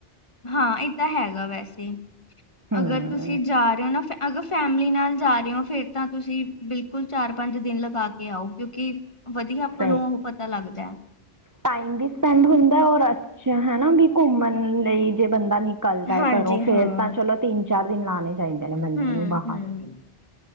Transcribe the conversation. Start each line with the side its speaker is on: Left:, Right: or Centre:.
Left: ਹਾਂ, ਏ ਤਾਂ ਹੈਗਾ ਵੈਸੇ,
Right: ਹੂੰ
Left: ਅਗਰ ਤੁਸੀਂ ਜਾਰੇ ਓ ਨਾ ਫ ਅਗਰ ਫੈਮਲੀ ਨਾਲ ਜਾਰੇ ਓੰ, ਫੇਰ ਤਾਂ ਤੁਸੀਂ ਬਿਲਕੁਲ ਚਾਰ-ਪੰਜ ਦਿਨ ਲਗਾਕੇ ਆਓ, ਕਿਉਂਕਿ ਵਧੀਆ ਆਪਾਂ
Right: ਸਹੀ
Left: ਨੂੰ, ਓ ਪਤਾ ਲੱਗਦੈ।
Right: ਟਾਈਮ ਵੀ ਸਪੈਂਡ ਹੁੰਦਾ, ਔਰ ਅੱਛ ਹਨਾ ਵੀ ਘੁੰਮਣ ਲਈ ਜੇ ਬੰਦਾ ਨਿਕ ਕਲਦਾ
Left: ਹਾਂਜੀ
Right: ਏ ਘਰੋਂ,
Left: ਹਾਂ
Right: ਫੇਰ ਤਾਂ ਚਲੋ ਤਿੰਨ-ਚਾਰ ਦਿਨ ਲਾਣੇ ਚਾਈਦੇ ਨੇ ਬੰਦੇ
Left: ਹੂੰ
Right: ਨੂੰ ਬਾਰ।
Left: ਹੂੰ